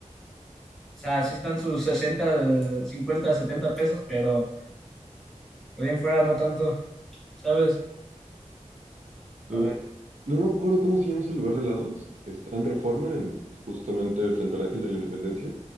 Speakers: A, in the centre; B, on the right.
A: O sea, sí están sus 60, 50, 70 pesos, pero por ahí en fuera no tanto, ¿sabes? A
B: Eh,
A: ver.
B: no me acuerdo cómo se llama ese lugar de helados, está en Reforma, en, justamente frente al Ángel de la Independencia,